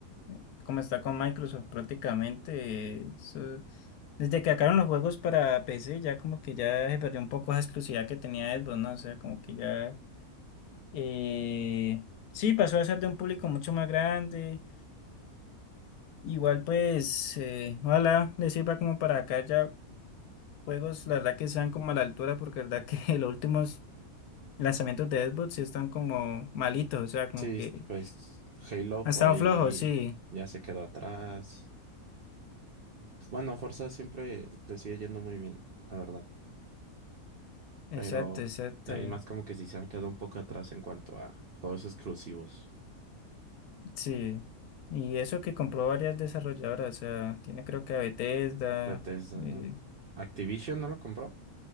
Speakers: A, on the left; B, on the right.
A: eh, como está con Microsoft prácticamente, eh, eso- desde que sacaron los juegos para PC, ya como que ya se perdió un poco esa exclusividad que tenía Xbox, ¿no? O sea, como que ya, eh, sí, pasó a ser de un público mucho más grande, igual pues, eh, ojalá les sirva como para acá ya juegos, la verdad que sean como a la altura, porque la verdad que <laughs> los últimos lanzamientos de Xbox sí están como malitos, o sea, como
B: Sí,
A: que...
B: pues Halo
A: Ha
B: por
A: estado
B: ahí
A: flojo, sí.
B: ya se quedó atrás. Bueno, Forza siempre le sigue yendo muy bien, la verdad.
A: Exacto,
B: Pero
A: exacto.
B: hay más como que sí se han quedado un poco atrás en cuanto a juegos exclusivos.
A: Sí. Y eso que compró varias desarrolladoras, o sea, tiene creo que a Bethesda,
B: Bethesda.
A: eh,
B: Activision no lo compró,